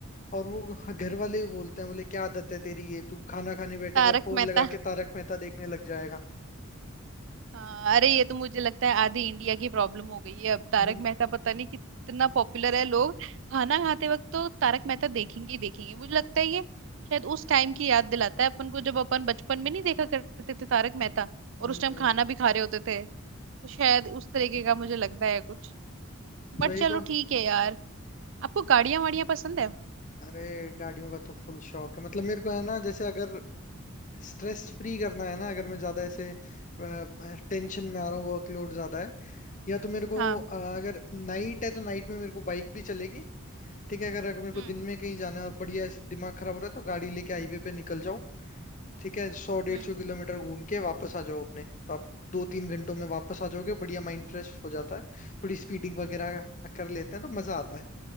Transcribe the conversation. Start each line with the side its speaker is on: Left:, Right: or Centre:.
Left: और वो <laughs> घर वाले ही बोलते हैं बोले क्या आदत है तेरी ये तू खाना खाने बैठेगा
Right: तारक
Left: और फोन
Right: मेहता
Left: लगा के तारक मेहता देखने लग जाएगा
Right: हाँ अरे ये तो मुझे लगता है आधी इंडिया की प्रॉब्लम हो गई है अब तारक
Left: <laughs> हम्म,
Right: मेहता पता नहीं कितना पॉपुलर है लोग खाना खाते वक्त तो तारक मेहता देखेंगे ही देखेंगे मुझे लगता है ये शायद उस टाइम की याद दिलाता है अपन को जब अपन बचपन में नहीं देखा करते थे तारक मेहता और
Left: हम्म,
Right: उस टाइम
Left: हम्म।
Right: खाना भी खा रहे होते थे तो शायद उस तरीके का मुझे लगता है कुछ बट
Left: वही
Right: चलो
Left: तो
Right: ठीक है यार आपको गाड़ियां वाड़ियां पसंद है
Left: अरे गाड़ियों का तो फुल शौक है मतलब मेरे को है ना जैसे अगर स्ट्रेस फ्री करना है ना अगर मैं ज्यादा ऐसे टेंशन में आ रहा हूँ वर्कलोड ज्यादा है या तो मेरे को
Right: हाँ
Left: अ, अगर नाइट है तो नाइट में मेरे को बाइक भी चलेगी ठीक है अगर अगर मेरे को
Right: हम्म
Left: दिन में कहीं जाना है और बढ़िया ऐसे दिमाग खराब हो रहा है तो गाड़ी लेके हाईवे पे निकल जाओ ठीक है सौ डेढ़
Right: हम्म
Left: सौ किलोमीटर घूम के वापस आ जाओ अपने तो आप दो तीन घंटों में वापस आ जाओगे बढ़िया माइंड फ्रेश हो जाता है थोड़ी स्पीडिंग वगैरह कर लेते हैं तो मजा आता है